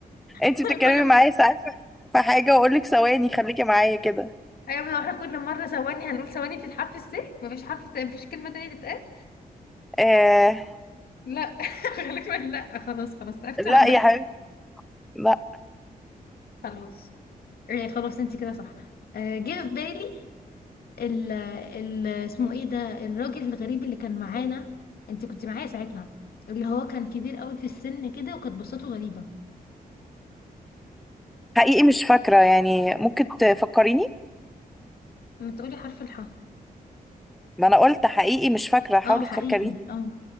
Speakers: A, in the centre; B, on the left.
A: انت
B: <laughs>
A: بتتكلمي
B: كل
A: معايا
B: ما
A: ساعات في في حاجة واقول لك ثواني خليكي معايا كده
B: ايوه احنا كل مره ثواني هنقول ثواني بتتحرف السه مفيش حرف ت- مفيش كلمه تانية تتقال
A: آه...
B: لا <laughs> غالبا لا خلاص خلاص عرفت
A: لا
B: عليا
A: يا حبيبتي لا
B: خلاص آه، خلاص انت كده صح آه، جه في بالي ال ال اسمه ايه ده الراجل الغريب اللي كان معانا انت كنت معايا ساعتها اللي هو كان كبير قوي في السن كده وكانت بصته غريبة
A: حقيقي مش فاكرة يعني ممكن تفكريني
B: ما تقولي حرف الحاء
A: ما انا قلت حقيقي مش فاكرة حاولي
B: اه حقيقي
A: تفكريني
B: اه